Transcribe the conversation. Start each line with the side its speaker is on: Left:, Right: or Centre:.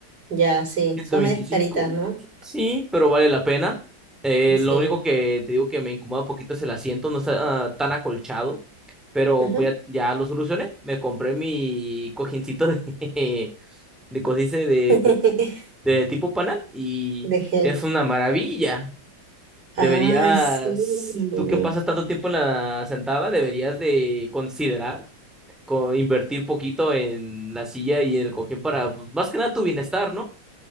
Right: Ya, sí,
Centre: ciento
Right: son
Centre: veinticinco
Right: medias caritas, ¿no?
Centre: sí, pero vale la pena. Eh,
Right: Sí.
Centre: lo único que te digo que me incomoda un poquito es el asiento, no está ah, tan acolchado. Pero
Right: Ujú.
Centre: pues ya, ya lo solucioné. Me compré mi cojincito de, <laughs> de cosdice de,
Right: <laughs>
Centre: pues, de tipo panal y
Right: De gel.
Centre: es una maravilla. Deberías,
Right: Ay, sí.
Centre: tú que pasas tanto tiempo en la sentada, deberías de considerar co- invertir poquito en la silla y el cojín para, pues, más que nada tu bienestar, ¿no?